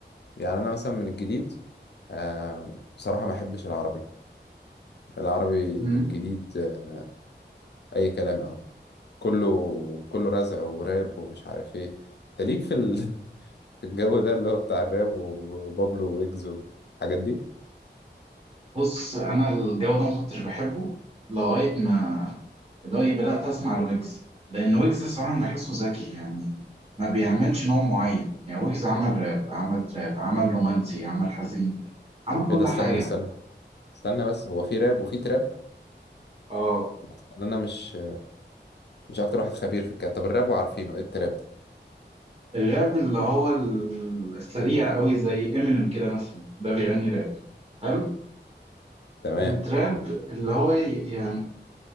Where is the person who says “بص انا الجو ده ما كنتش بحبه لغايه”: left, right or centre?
Right